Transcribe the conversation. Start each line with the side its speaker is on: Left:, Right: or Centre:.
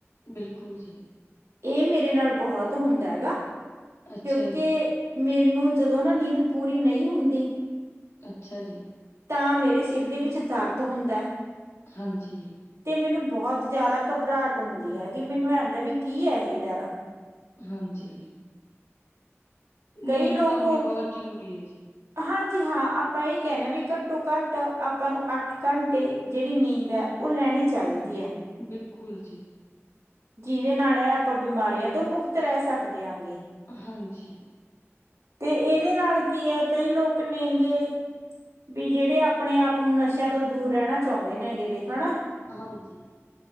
Left: ਬਿਲਕੁਲ ਜੀ।
Right: ਇਹ ਮੇਰੇ ਨਾਲ ਬਹੁਤ ਹੁੰਦਾ ਹੈਗਾ
Left: ਅੱਛਾ
Right: ਕਿਉਂਕਿ।
Left: ਜੀ,
Right: ਮੈਂਨੂੰ ਜਦੋਂ ਨਾ ਨੀਂਦ ਪੂਰੀ ਨਹੀਂ ਹੁੰਦੀ।
Left: ਅੱਛਾ ਜੀ।
Right: ਤਾਂ ਮੇਰੇ ਸਿਰ ਦੇ ਵਿੱਚ ਦਰਦ ਹੁੰਦਾ ਹੈ।
Left: ਹਾਂਜੀ।
Right: ਤੇ ਮੈਨੂੰ ਬਹੁਤ ਜ਼ਿਆਦਾ ਘਬਰਾਹਟ ਹੁੰਦੀ ਹੈਗੀ ਮੈਨੂੰ ਇਹ ਹੁੰਦਾ ਵੀ ਕੀ ਹੈ ਇਹ ਯਾਰ।
Left: ਹਾਂਜੀ।
Right: ਕਈ
Left: ਨੀਂਦ
Right: ਲੋਕ
Left: ਤਾਂ ਆਉਣੀ ਬਹੁਤ ਜ਼ਰੂਰੀ ਹੈ ਜੀ।
Right: ਹਾਂਜੀ ਹਾਂ, ਆਪਾਂ ਇਹ ਕਹਿਿੰਣੇ ਹ ਵੀ ਘੱਟੋ ਘੱਟ ਆਪਾਂ ਨੂੰ ਅੱਠ ਘੰਟੇ ਜਿਹੜੀ ਨੀਂਦ ਹੈ। ਉਹ ਲੈਣੀ ਚਾਹੀਦੀ ਹੈ।
Left: ਬਿਲਕੁਲ ਜੀ।
Right: ਜਿਹਦੇ ਨਾਲ ਹੈ ਆਪਾਂ ਬਿਮਾਰੀਆਂ ਤੋਂ ਮੁਕਤ ਰਹਿ ਸਕਦੇ ਹਾਂ ਗੇ।
Left: ਹਾਂਜੀ
Right: ਤੇ ਇਹਦੇ ਨਾਲ ਕੀ ਹੈ ਕਈ ਲੋਕ ਨੇਗੇ। ਵੀ ਜਿਹੜੇ ਆਪਣੇ ਆਪ ਨੂੰ ਨਸ਼ਿਆਂ ਤੋਂ ਦੂਰ ਰਹਿਣਾ ਚਾਹੁੰਦੇ ਨੇ ਹੈਗੇ ਦੇਖ ਹੈ ਨਾ।
Left: ਹਾਂਜੀ।